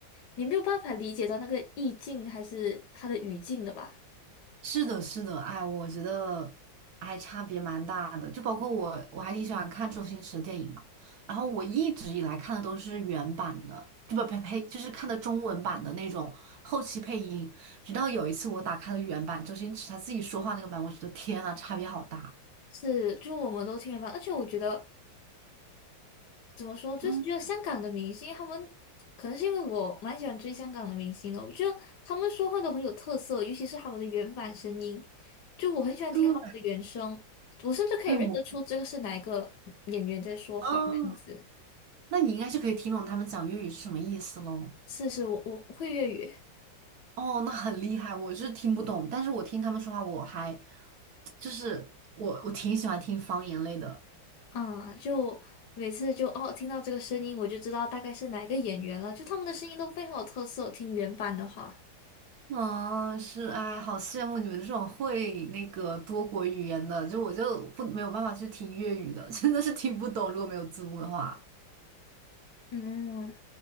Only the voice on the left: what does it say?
你没有办法理解到那个意境还是它的语境的吧。
是，就我们都听了吧，而且我觉得怎么说，就是觉得香港的明星，
他们可能是因为我蛮喜欢追香港的明星的，我觉得他们说话都很有特色，尤其是他们的原版声音，就我很喜欢听他们的原声，
我甚至可以认得出这个是哪一个演员在说话的样子。
是是，我我会粤语
啊，就每次就哦听到这个声音，我就知道大概是哪一个演员了，就他们的声音都非常有特色，听原版的话。
嗯，